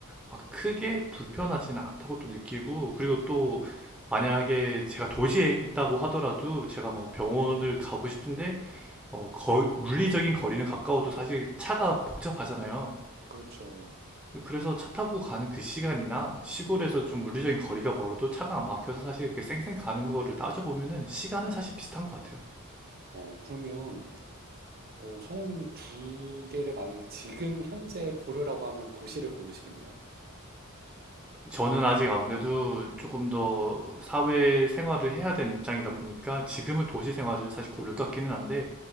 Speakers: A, in the centre; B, on the right.
A: 막 크게 불편하지는 않다고 또 느끼고 그리고 또 만약에 제가 도시에 있다고 하더라도 제가 뭐 병원을 가고 싶은데 어, 거, 물리적인 거리는 가까워도 사실 차가 복잡하잖아요.
B: 그렇죠.
A: 그래서 차 타고 가는 그 시간이나 시골에서 좀 물리적인 거리가 멀어도 차가 안 막혀서 사실 이렇게 쌩쌩 가는 거를 따져보면은 시간은 사실 비슷한 것 같아요.
B: 어, 그러면, 어, 성우님은 두 개를 만약에 지금 현재 고르라고 하면 도시를 고르시겠네요?
A: 저는 아직 아무래도 조금 더 사회 생활을 해야 되는 입장이다 보니까 지금은 도시 생활을 사실 고를 것 같기는 한데,